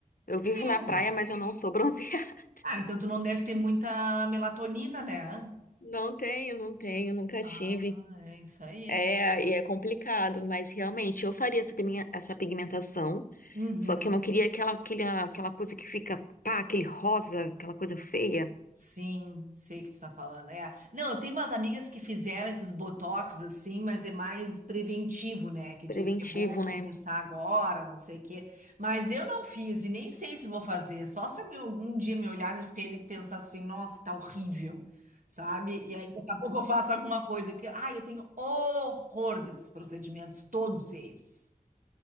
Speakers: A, on the left; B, on the right.
A: Eu vivo
B: É.
A: na praia, mas eu não sou bronzeada. <laughs>
B: Ah, então tu não deve ter muita melatonina, né?
A: Não tenho, não tenho, nunca
B: Ah,
A: tive.
B: é isso aí,
A: É,
B: é.
A: e é complicado, mas realmente eu faria essa pigmen- essa pigmentação,
B: Uhum.
A: só que eu não queria aquela, aquela aquela coisa que fica, pá, aquele rosa, aquela coisa feia,
B: Sim, sei que tu tá falando. É. Não, eu tenho umas amigas que fizeram esses botox assim, mas é mais preventivo, né? Que
A: preventivo,
B: diz que é bom
A: né?
B: começar agora, não sei o quê. Mas eu não fiz e nem sei se vou fazer. Só se eu me- algum dia me olhar no espelho e pensar assim, nossa, tá horrível, sabe? E aí daqui a pouco eu faço alguma coisa que, ai, eu tenho horror desses procedimentos, todos eles.